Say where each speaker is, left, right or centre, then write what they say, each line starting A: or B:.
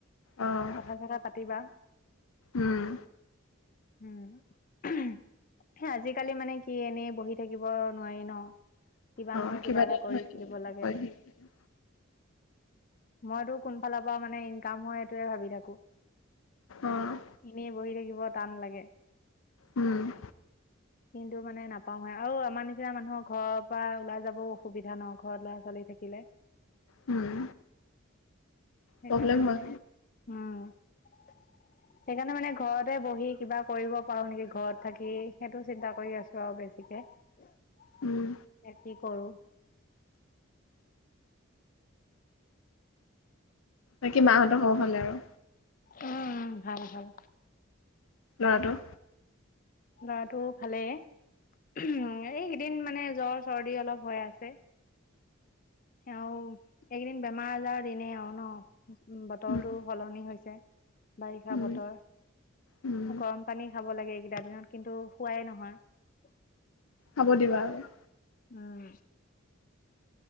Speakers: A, on the left; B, on the left.
A: অ',
B: কথা চথা পাতিবা
A: উম।
B: উম উমহ হে আজি কালি মানে কি এনেই বহি থাকিব নোৱাৰি ন কিবা
A: অ'
B: নহয় কিবা এটা
A: নহয়
B: কৰি
A: কিবা
B: থাকিব লাগে
A: এটা
B: মইতো কোন ফালৰ পৰা মানে ইনকাম হয় এইটোয়ে ভাবি থাকো
A: অ'
B: এনেই বহি থাকিব ব টান লাগে
A: উম
B: কিন্তু মানে নাপাৱে আৰু আমাৰ নিচিনা মানুহৰ ঘৰৰ পৰা ওলাই যাব অসুবিধা নহ ঘৰত ল'ৰা ছোৱালী থাকিলে
A: উম
B: সেইকাৰণে
A: প্ৰব্লেম
B: মানে
A: হয়
B: উম সেইকাৰণে মানে ঘৰতে বহি কিবা কৰিব পাৰোঁ নেকি ঘৰত থাকি সেইটো চিন্তা কৰি আছোঁ আৱ বেছিকে খেতি
A: উম,
B: কৰোঁ
A: বাকী মাহঁতৰ খবৰ ভালে আৰু
B: অ উম ভাল ভাল
A: ল'ৰাটো
B: ল'ৰাটো ভালে উমহ এইকেইদিন মানে জ্বৰ চৰ্দি অলপ হৈ আছে আৰু এইকেইদিন বেমাৰ আজাৰ দিনে আৰু ন উ বতৰটো
A: উম,
B: সলনি হৈছে বাৰিষা
A: উম,
B: বতৰ
A: উম,
B: গৰম পানী খাব লাগে যাৰ দিনত কিন্তু শোৱাই নহয়
A: খাব দিবা আৰু
B: উম